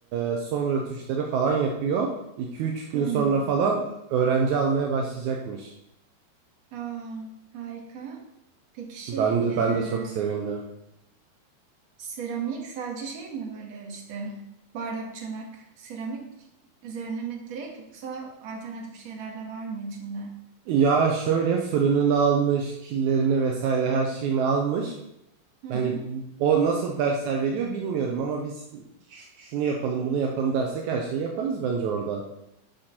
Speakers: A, on the right; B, on the right.
A: e, son rötuşları falan yapıyor. 2 üç gün
B: Hmm.
A: sonra falan öğrenci almaya başlayacakmış.
B: Aa, harika. Peki şey,
A: Ben de
B: e,
A: ben de çok sevindim.
B: seramik sadece şey mi böyle işte bardak, çanak, seramik üzerine mi direkt yoksa alternatif şeyler de var mı içinde?
A: Ya şöyle fırınını almış, killerini vesaire her şeyini almış.
B: Hı hı.
A: Hani o nasıl dersler veriyor bilmiyorum ama biz ş- şunu yapalım, bunu yapalım dersek her şeyi yaparız bence orada.